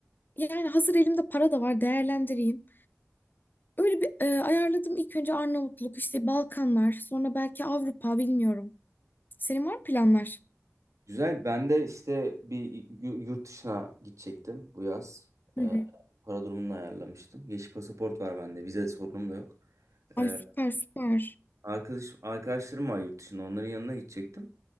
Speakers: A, on the left; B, on the right.
A: yani hazır elimde para da var değerlendireyim. Öyle bir e, ayarladım ilk önce Arnavutluk, işte Balkanlar, sonra belki Avrupa bilmiyorum. Senin var mı planlar?
B: Güzel. Ben de işte bir yu- yurt dışına gidecektim bu yaz. Ee,
A: Hı hı.
B: para durumunu ayarlamıştım. Yeşil pasaport var bende. Vize sorunum da yok.
A: Ay
B: Ee,
A: süper süper.
B: arkadaş arkadaşlarım var yurt dışında. Onların yanına gidecektim.